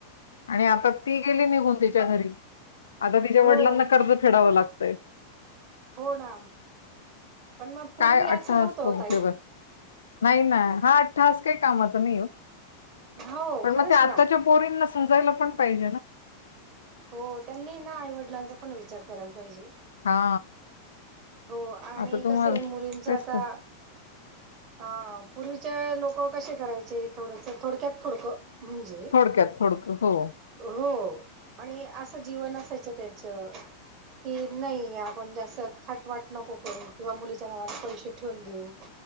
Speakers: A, on the left; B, on the right.
A: आणि आता, ती गेली निघून तिच्या घरी आता तिच्या
B: हो
A: वडिलांना कर्ज फेडाव लागतय.
B: हो ना, पण मग पूर्वी
A: काय अट्टहास
B: असं नव्हत हो
A: तो
B: ताई.
A: उपयोग नाही ना, हा अठठाहस काही कामाचा नाही ओ
B: हो
A: पण
B: खरंच
A: मग ते आताच्या
B: ना
A: पोरीना समजायला पण पाहिजे ना.
B: हो त्यांनी हेना आईवडिलांचा पण विचार करायला पाहिजे.
A: हा
B: हो आणि
A: आता तुम्हाला
B: कस आहे मुलीच
A: तेच
B: आता.
A: तर
B: हा पूर्वीच्या लोक कसे करायचे थोडस थोडक्यात थोड म्हणजे
A: थोडक्यात थोडक हो
B: हो आणि अस जीवन असायच त्यांच की हो नाही. आपण जास्त थाट वाट नको करू किंवा मुलीच्या नावाने पैसे ठेवून देऊ.